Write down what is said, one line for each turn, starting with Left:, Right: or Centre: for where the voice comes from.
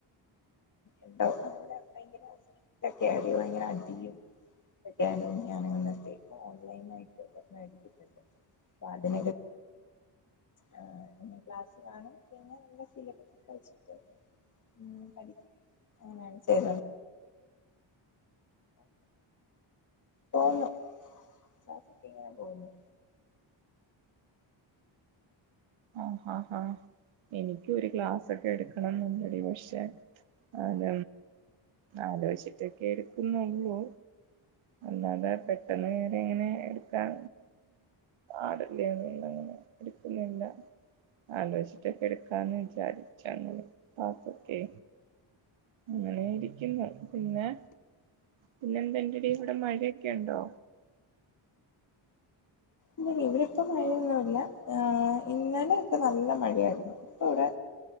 Left: എന്തോ അവിടെ ഭയങ്കര ഒക്കെ അറോ ഭയങ്കര അടിയും ണത്തേക്ക ഓൺലൈൻ ആയിട്ട് ഒിച്ചിട്ടുണ്ട് അൊ അതിന ആ പിന്നെ ക്ലാസ് കാണും പിന്നെ നല്ല സിലബസ് കിച്ചിട്ട് ഉ പഠ അങ്ങനെയാണ് ചെയ പോോന്ന ക്കെ ഇങ്ങനെ പോകുന്നു
Right: ആഹഹാഹാ എനിക്ക ഒരു ഗ്ലാസ്ൊക്കെ എടുക്കണം എന്നുണ്ടടി പക്ഷെ അത ആലോചിച്ചിട്ടൊക്കെ എടുക്കുന്നുള്ളൂ അല്ലാതെ പെട്ടെന്ന് കേയറി എങ്ങനെ എടുക്കാൻ ആടല്ലേന്നങ്ങനെ എടുക്കുന്നില്ല ആലോചിട്ടൊക്കെ എടുക്കാന്ന് വിചാരിച്ചങ്ങ പത്തക്കെ അങ്ങനെ ഇരിക്കുന്നു പിന്നെ പിന്നെ എന്തറട ഇവിടെ മഴയൊക്കെ ഉണ്ടോ
Left: ഇെ ഇവരിപ്പോൊ മഴയൊന്നുമല്ല ആ ഇന്നലെൊക്കെ നല്ല മഴയായിരുന്നു ഇപ്പ ഇവിടെ